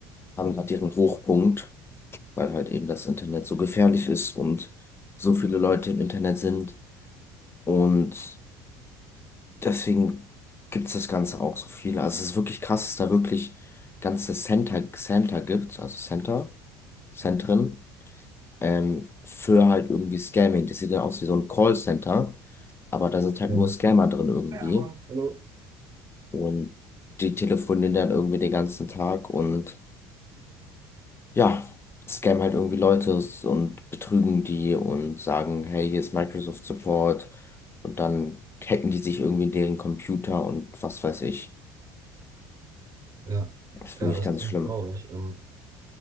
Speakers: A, on the left; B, on the right.
A: haben gerade ihren Hochpunkt, weil halt eben das Internet so gefährlich ist und so viele Leute im Internet sind. Und deswegen gibt es das Ganze auch so viele. Also es ist wirklich krass, dass da wirklich ganze Center, Center gibt, also Center, Zentren, ähm, für halt irgendwie Scamming. Das sieht dann aus wie so ein Callcenter, aber da sind halt
B: Ja.
A: nur Scammer drin irgendwie.
B: Hi, Aaron. Hallo.
A: Und die telefonieren dann irgendwie den ganzen Tag und ja, scammen halt irgendwie Leute und betrügen die und sagen, hey, hier ist Microsoft Support. Und dann hacken die sich irgendwie in deren Computer und was weiß ich.
B: Ja,
A: Das ist
B: ja,
A: wirklich
B: das
A: ganz
B: ist ziemlich
A: schlimm.
B: traurig. Ähm,